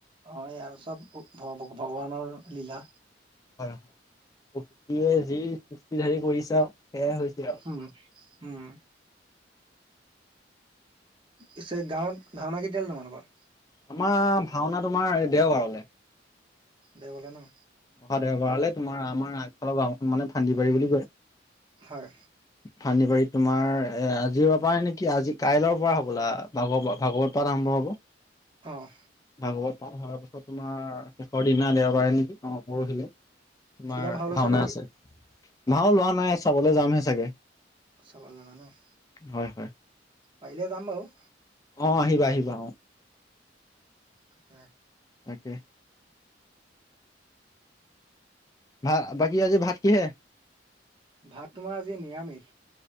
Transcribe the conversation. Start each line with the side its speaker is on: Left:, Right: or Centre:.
Right: অ', এইয়া চব ভগ-ভগৱানৰ লীলা।
Left: হয়, হয়, প্ৰকৃতিয়ে যি সৃষ্টিধাৰী কৰিছা আৰু সেয়াই হৈছে আৰু।
Right: উম উম। পিছে গাঁৱত ভাওনা কেতিয়াল তোমালোকৰ?
Left: আমাৰ ভাওনা তোমাৰ দেওবাৰলে।
Right: দেওবাৰলে ন'।
Left: অহা দেওবাৰলৈ তোমাৰ আমাৰ আগফালৰ গাঁওখন মানে ফান্দি পাৰি বুলি কয়।
Right: হয়।
Left: ফান্দিবাৰীত তোমাৰ এ আজিৰ পৰা নেকি আজি কাইলৰ পৰা হ'বলা ভাগৱ ভাগৱত পাঠ আৰম্ভ হ'ব।
Right: অহ।
Left: ভাগৱত হোৱাৰ পাছত তোমাৰ শেষৰ দিনা দেওবাৰে নেকি অ', পৰহিলে। তোমাৰ
Right: কিবা ভাও লৈছা
Left: ভাওনা
Right: নেকি?
Left: আছে ভাও লোৱা নাই চাবলৈ যাম হে চাগে।
Right: চাব লে যাবা ন'।
Left: হয়, হয়।
Right: পাৰিলে যাম বাৰু।
Left: অ', আহিবা, আহিবা অ'।
Right: তাকে।
Left: তাকে। ভা বাকী আজি ভাত কিহেৰে?
Right: ভাত তোমাৰ আজি নিৰামিষ।